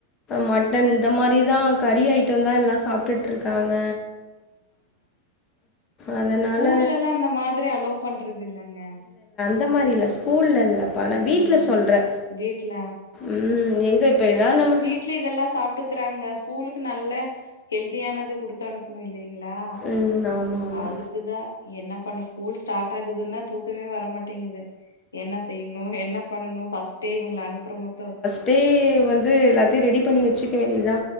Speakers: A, on the left; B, on the left.
A: மட்டன் இந்த மாரிதா கறி ஐட்டந்தா எல்லா சாப்ட்டுட்டு இருக்காங்க அதனால
B: ஸ்கூல்லல்லா இந்த மாதிரி அலோவ் பண்றது இல்லங்க
A: இந்த மாரி இல்ல ஸ்கூல்ல இல்ல ஆ நா வீட்ல
B: ம்.
A: சொல்றே
B: வீட்ல
A: ம் எங்க இப்ப எல்லா நம்ம
B: இட்லி இதெல்லா சாப்ட்டுக்கிறாங்க ஸ்கூலுக்கு நல்ல ஹெல்தியானது குடுத் குடுத்தனுப்பனு இல்லைங்களா
A: ம் ஆமா ஆமா
B: அதுக் குதா என்ன பண்ண ஸ்கூல் ஸ்டார்ட் ஆகுதுன்னா தூக்கமே வரமாட்டேங்கிது என்ன செய்ய இன்னு என்ன பண்ணணு ஃபர்ஸ்ட்டே இவுங்கள அனுப்புற மட்டு
A: இப்பயே வந்து எல்லாத்தையு ரெடி பண்ணி வச்சுக்க வேண்டியதுதா